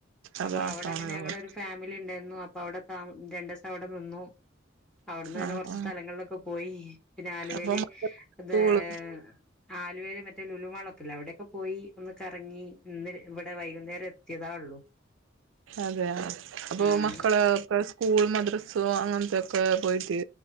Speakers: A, in the centre; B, on the right (about 80°).
A: അപ്പോ
B: അതാ
A: അവിടെ
B: ആഹ്
A: ഞഞങ്ങൾള് - ഫാമിലി ഇണ്ടായിരുന്നു അപ്പൊ അവിടെ രണ്ടു ദെവസം അവിടെ നിന്നു അവിടുന്ന് ഇങ്ങനെ
B: ആഹ്
A: കൊറച്ച് സ്ഥലങ്ങളിലൊക്കെ പോയി പിന്നെ ആലുവെല്
B: അപ്പൊ
A: -
B: സ്കൂള്
A: ആലുവേല് മറ്റേ ലുലുമാളൊക്കല്ല അവിടെയൊക്കെ പോയി ഒന്ന് - കറങ്ങി ഇന്ന് ഇവിടെ വൈകുന്നേരം എത്തിയതാ ഉള്ളൂ
B: അതെയൊ അപ്പൊ
A: ആഹ്
B: മക്കള് ഒക്കെ സ്കൂൾ മദ്ര- സുഖമാണോ അങ്ങനത്തെക്കെ പോയിട്ട്